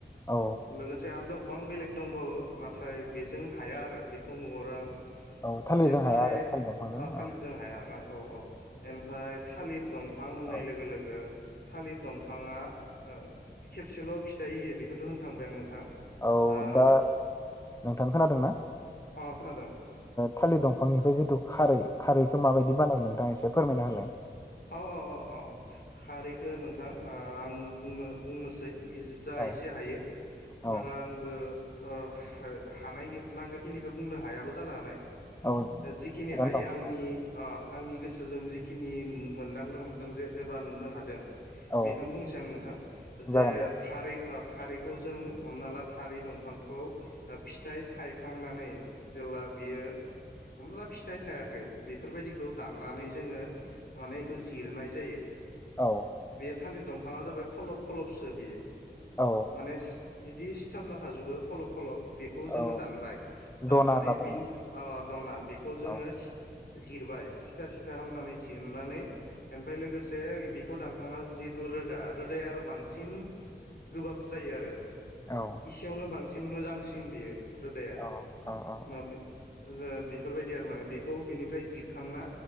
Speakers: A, on the left; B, on the left.
A: औ
B: लोगोसे आरो दंफां बेलेग दंबावो नाथाय बेजों हाया आरो बेखौ नुहरा आं
A: औ थालिरजों
B: एमफाय
A: हाया आरो थालिर दंफांजों
B: ओ थालिरजों
A: औ
B: हाया औ औ एनफाय थालिर दंफां होननाय
A: औ
B: लोगो लोगो थालिर दंफाङा ओ खेबसेल' फिथाइ होयो बेखौथ' होनखांबाय आं नोंथां।
A: औ
B: अ
A: दा नोंथां खोनादों ना?
B: खोनादों
A: थालिर दंफांनिफ्राय जिथु खारै खारैखौ माबायदि बानायो नोंथाङा एसे फोरमायना होलाय।
B: अ अ अ खारैखो नोंथां ओ आं बुंनो बुंनोसै। जा
A: औ
B: एसे हायो
A: औ
B: बारा आंबो ओ हानाय नांगौ खिनिखौ बुंनो हायाबो जानो हानाय।
A: औ
B: जिखिनि
A: थिगानो
B: हायो
A: दं
B: आंनि
A: औ
B: अ आंनि गोसोजों जिखिनि मोनदांनो हमदों जे एबा नुनो हादों।
A: औ
B: बिखोनो बुंसै आं नोंथां जे
A: जागोन दे
B: खारै ओ खारैखौ जों हमना ला खारै दंफांखौ फिथाइ थायखांनानै जेला बियो हमना ला फिथाइ थायाखै बेफोरबायदिखौ दाननानै जोङो माने इखौ जिरनाय जायो।
A: औ
B: बे थालिर दंफाङा जाबाय खलब खलबसो बियो
A: औ
B: माने इदि सिथाबना थाजोबो खलब खलब बेखौ जोङो
A: औ
B: दानबाय दाननानै
A: दना होनना बुङो
B: बि अ दना बेखौ जोङो
A: औ
B: जिरबाय सिथा सिथा खामनानै जिरनानै ओनफाय लोगोसे बेखौ दानखांना जिहेथु रोदा रोदाया आरो बांसिन गोबाब जायो आरो
A: औ
B: एसेयावनो बांसिन मोजांसिन बियो रोदाया
A: औ औ औ
B: माब बेफोरबायदि आरो माने बेखौ बेनिफ्राय जिरखांना